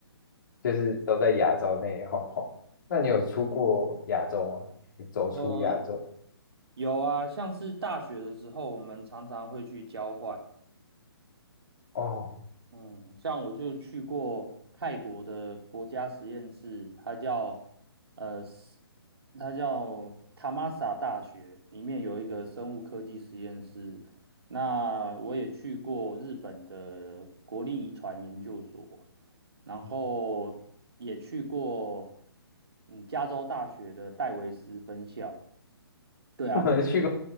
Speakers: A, on the left (about 50°); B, on the right (about 70°).
A: 就是都在亚洲内晃晃。那你有出过亚洲吗？有走出亚洲？
B: 呃，有啊，像是大学的时候，我们常常会去交换，
A: 哦，
B: 嗯，像我就去过泰国的国家实验室，它叫呃，是它叫塔玛萨大学，里面有一个生物科技实验室。那我也去过日本的国立遗传研究所，然后也去过
A: <laughs>
B: 嗯加州大学的戴维斯分校。对啊，
A: 我没去过
B: 就是。